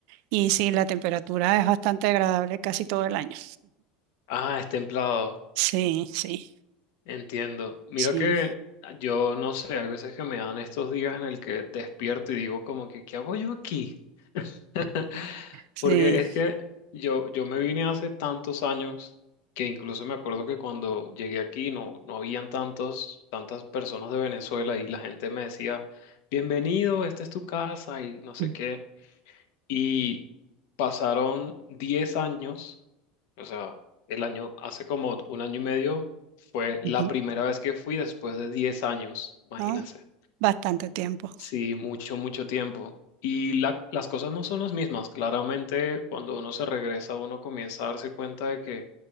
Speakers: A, on the right; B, on the left.
A: y sí, la temperatura es bastante agradable casi todo el año.
B: Ah, es templado.
A: Sí, sí,
B: Entiendo. Mira
A: sí,
B: que yo no sé, hay veces que me dan estos días en el que despierto y digo como que, ¿qué hago yo aquí? <laughs>
A: sí.
B: Porque es que yo, yo me vine hace tantos años que incluso me acuerdo que cuando llegué aquí no, no habían tantos, tantas personas de Venezuela y la gente me decía, bienvenido, esta es tu casa y no sé
A: Mm,
B: qué. Y pasaron diez años o sea, el año, hace como un año y medio fue la
A: ujú.
B: primera vez que fui después de 10 años, imagínense.
A: ¿No? Bastante tiempo.
B: Sí, mucho, mucho tiempo. Y la- las cosas no son las mismas. Claramente, cuando uno se regresa, uno comienza a darse cuenta de que